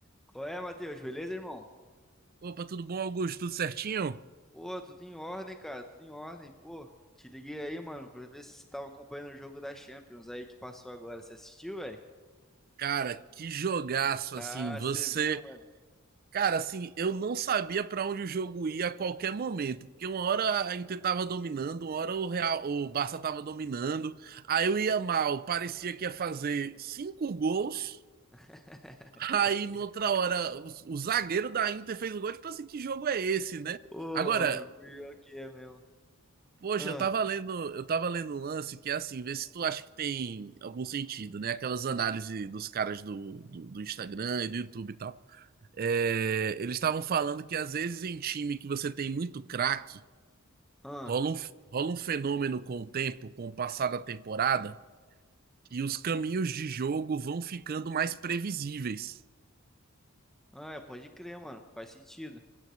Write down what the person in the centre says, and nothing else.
Qual é, Matheus? Beleza, irmão?
Pô, tudo em ordem, cara, tudo em ordem. Pô, te liguei aí, mano, pra ver se você tava acompanhando o jogo da Champions aí que passou agora. Você assistiu, velho?
Ah,
você viu, mano.
<laughs> Pior
que
é.
Ô,
mano, pior que é mesmo.
Ah,
ah,
ah, é, pode crer, mano. Faz sentido.